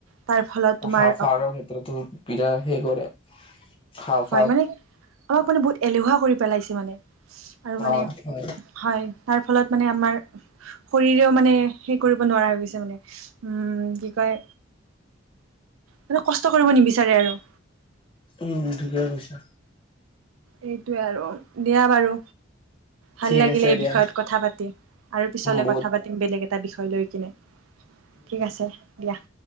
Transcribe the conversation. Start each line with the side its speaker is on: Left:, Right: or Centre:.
Right: তাৰ ফলত তোমাৰ
Left: হাওফাৰ ক্ষেত্ৰতো বিৰা হেই কৰে। হাওঁফাওঁ
Right: হয় মানে, আমাক মানে বহুত এলেহুৱা কৰি পেলাইছে মানে আৰু মানে।
Left: অ হয়
Right: হয়, তাৰ ফলত মানে আমাৰ। শৰীৰেও মানে হে কৰিব নোৱাৰা হৈ গৈছে মানে, উম, কি কয় মানে কষ্ট কৰিব নিবিচাৰে আৰু
Left: উম, ঠিকে কৈছা।
Right: এইটোৱে আৰু, দিয়া বাৰু। ভাল
Left: ঠিক
Right: লাগিলে
Left: আছে
Right: এই
Left: দিয়া
Right: বিষয়ত কথা পাতি আৰু পিছলে
Left: বহুত
Right: কথা পাতি বেলেগ এটা বিষয় লৈ কিনে, ঠিক আছে দিয়া।